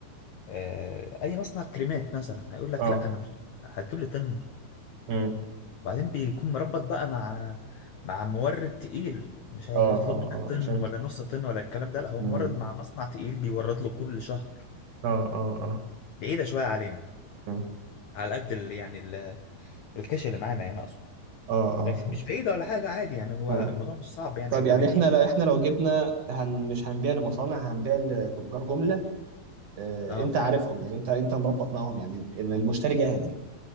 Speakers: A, on the left (about 70°); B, on the right (about 50°).
A: آه اي مصنع كريمات مثلا هيقول لك
B: اه
A: لا انا مش هتجيب لي طن
B: امم
A: وبعدين بيكون مربط بقى مع مع مورد تقيل مش هيطلب
B: اه اه
A: منك طن
B: اه مش انت
A: ولا نص طن ولا الكلام ده لا هو
B: امم
A: مورد مع مصنع تقيل بيورد له كل شهر
B: اه اه اه
A: بعيدة شوية علينا
B: مم.
A: على قد ال يعني ال الكاش اللي معانا يعني اقصد
B: اه اه
A: لكن
B: فهمت
A: مش بعيدة ولا حاجة عادي يعني هو
B: مم.
A: الموضوع مش صعب يعني
B: طيب
A: انت
B: يعني
A: بتجيب
B: احنا احنا لو جبنا هن مش هنبيع لمصانع هنبيع لتجار جمله آه،
A: اه
B: انت عارفهم يعني انت انت مربط معاهم يعني ال- المشتري جاهز يعني